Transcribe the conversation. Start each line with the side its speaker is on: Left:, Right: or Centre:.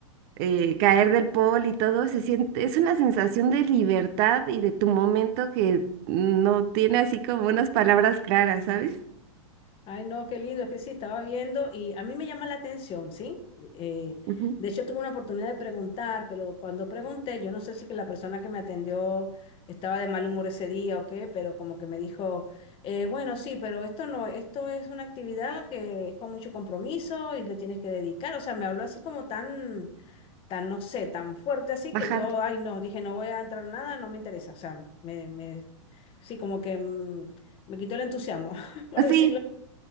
Right: eh, caer del pol y todo, se siente, es una sensación de libertad y de tu momento que no tiene así como unas palabras claras, ¿sabes?
Left: Ay, no, qué lindo, es que sí, estaba viendo y a mí me llama la atención, ¿sí? Eh,
Right: Ujú,
Left: de hecho, tuve una oportunidad de preguntar, pero cuando pregunté, yo no sé si que la persona que me atendió estaba de mal humor ese día o qué, pero como que me dijo, eh, bueno, sí, pero esto no, esto es una actividad que es con mucho compromiso y que tienes que dedicar, o sea, me habló así como tan, tan, no sé, tan fuerte así
Right: Bajante.
Left: que yo, ay, no, dije, no voy a entrar nada, no me interesa, o sea, me, me, sí, como que mm, me quitó el entusiasmo, <laughs> por decirlo
Right: Sí,